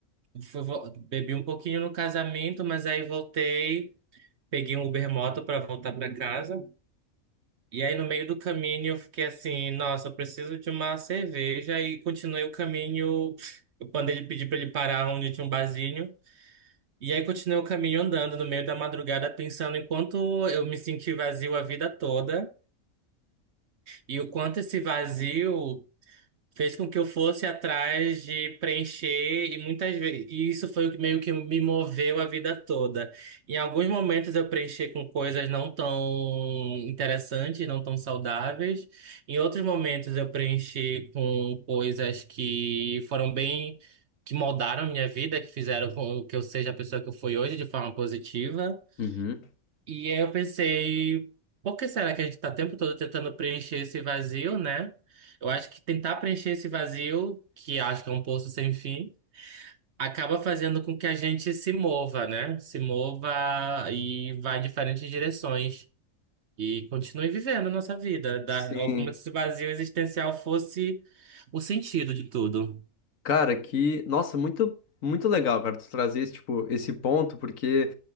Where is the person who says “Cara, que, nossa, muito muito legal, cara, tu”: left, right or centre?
Left